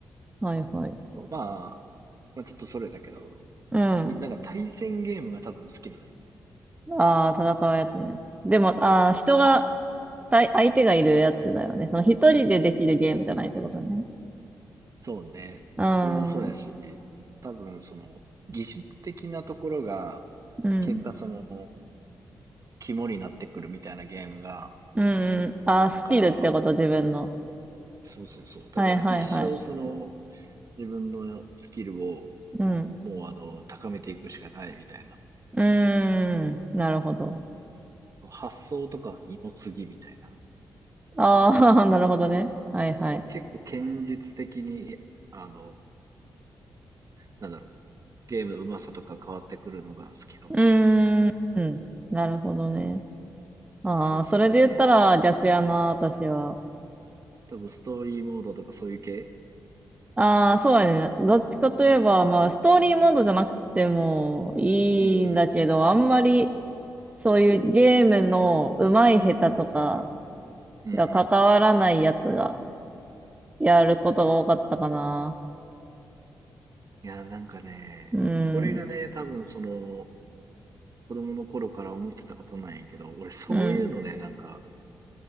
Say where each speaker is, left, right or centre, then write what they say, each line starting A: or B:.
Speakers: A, on the right; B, on the right.
A: はいはい。
B: う。まあ、まあちょっとそれだけど、
A: うん。
B: なんか対戦ゲームが多分好きなのよね。
A: ああ、戦うやつね。でも、ああ、人が、対相手がいるやつだよね。その一人でできるゲームじゃないってことね。
B: そうね。
A: うん。
B: それもそうやし、多分その技術的なところが
A: うん。
B: 結果その肝になってくるみたいなゲームが、
A: うんうん。あ、スキルってこと、
B: だから、
A: 自分の。
B: そうそうそう。だから一生その
A: はいはいはい。
B: 自分のスキルを
A: うん。
B: もうあの高めていくしかないみたいな。
A: うーん。なるほど。
B: 発想とかは二の次みたいな。
A: ああ、<laughs> なるほどね。はいはい。
B: そう結構堅実的に、あのなんだろう。ゲームの上手さとか変わってくるのが好きかもしれない。
A: うーん。なるほどね。ああ、
B: そうそうそう。
A: それで言ったら逆やな、
B: だけ、
A: 私は。
B: 多分ストーリーモードとかそういう系
A: ああ、そうやね。どっちかといえば、まあ、ストーリーモードじゃなくてもいいんだけど、
B: うんうん。
A: あんまりそういうゲームの上手い下手とか
B: うん。うんうん。
A: が関わらないやつがやることが多かったかな。
B: いや、なんかね、
A: うん。
B: これがね、多分その、子供の頃から思ってたことなんやけど、俺そういうのね、
A: うん。
B: なんか、